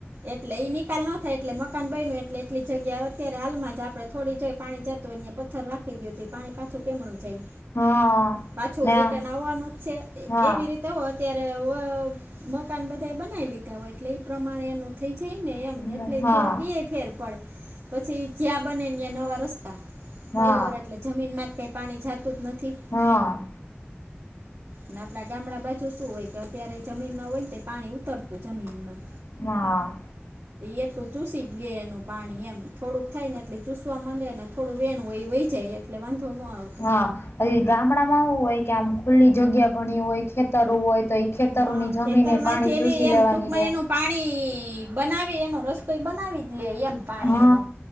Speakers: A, on the right; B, on the left.
A: એટલે ઈ નિકાલ ન થાય એટલે મકાન બન ન એટલે એટલી જગ્યા અત્યારે હાલમાં જ આપડે થોડી જોઈ પાણી જતું. પથ્થર રાખી દી હતી પાણી પાછું કેમું છેાય
B: હા
A: પાછોરી
B: ના
A: ટનાવવાનું જ છે
B: હા
A: એવી રીતે અત્યારે મકાન બધા બનાવી લીધા હોય એટલે એ પ્રમાણે એનું થઈ જાય ને એમ
B: હા
A: એટલે
B: હા
A: થોડોક એ ફેર પડે પછી જ્યાં બનેને નવા રસ્તા બરાબર
B: હા
A: એટલે જમીનમાં જ કાંઈ પાણી જાતું જ નથી
B: હ.
A: ના આપડા ગામડા બા જો શું હોય કે અત્યારે જમીનના હોય ને તો પાણી ઉતરતું જમીનમાં
B: મા.
A: એટલું ચુસી જ લે એનું પાણી એમ થોડુંક થાય ને એટલી ચુ સવા મડે ને થોડું વેણું એ વહી જાય એટલે વાંધો ન આવે
B: હા ગામડામાં હુ હોય કે આમ ખુલ્લી જગ્યા ઘણી હોય ખેતર હોય તો ખેતરોની
A: હા
B: જમીને
A: ખેતરમાંથી
B: પાણી
A: એને
B: ચૂસી
A: એમ
B: લેવાની
A: ટૂંકમાં
B: હૈ
A: એનું પાણી બનાવી એનો રસ્તોય બનાવી જ લે એમ પાણી
B: હ
A: એનો